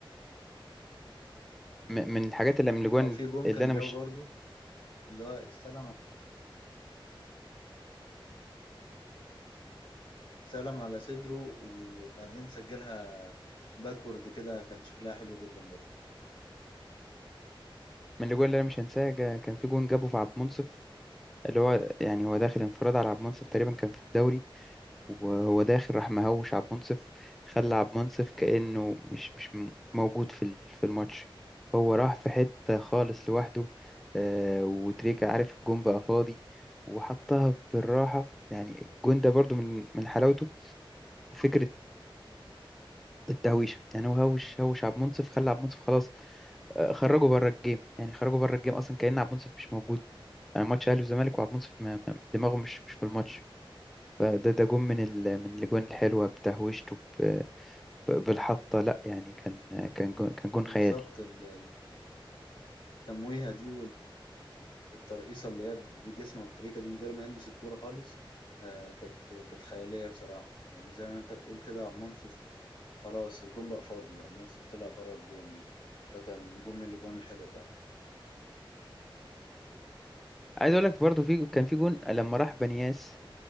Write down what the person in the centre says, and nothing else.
م- من الحاجات اللي من الاجوان
اللي
انا
مش
من الاجوان اللي انا مش هنساها جا- كان في جون جابه في عبد المنصف اللي هو يعني هو داخل انفراد على عبد المنصف تقريبا كان في الدوري وهو داخل راح مهوش عبد المنصف خلى عبد المنصف كانه مش مش م- موجود في ال- في الماتش هو راح في حته خالص لوحده آه، وتريكه عارف الجون بقى فاضي وحطها بالراحه يعني الجون ده برضو من من حلاوته فكرة التهويشه يعني هو هوش هوش عبد المنصف خلى عبد المنصف خلاص آه، خرجه بره الجيم يعني خرجه بره الجيم اصلا كأن عبد المنصف مش موجود آه، ماتش اهلي وزمالك وعبد المنصف ما- ما- دماغه مش مش في الماتش فده ده جون من ال... من الاجوان الحلوه بتهويشته ب... ب... بالحطه لا يعني كان كان جون... كان جون
خيالي
عايز اقول لك برضو في كان في جون لما راح بنياس